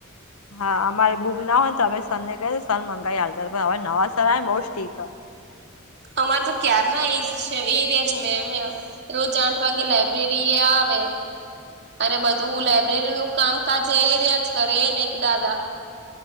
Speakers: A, on the left; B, on the right.
A: હા, અમારી બુક ના હોય ને તો અમે સરને કહીએ, સર મંગાવી હાલ. હવે નવા સર આવેને, બઉુ ઠીક.
B: અમારે તો ક્યાર ના એજ છે, એ એરિયા જ મે એમ. રોજ આઠ વાગે લાઈબ્રેરી આવે. અને બધું લઇબ્રેરી નું કામકાજ એ રહ્યા જ કરે, એ ને એક દાદા